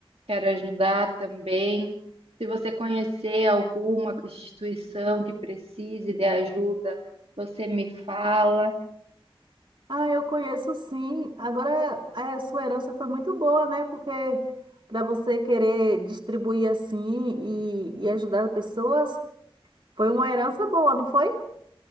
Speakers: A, on the right; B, on the right.
A: Quero ajudar também. Se você conhecer alguma instituição que precise de ajuda, você me fala.
B: Ah, eu conheço sim. Agora, a sua herança foi muito boa, né? Porque para você querer distribuir assim e, e ajudar pessoas, foi uma herança boa, não foi?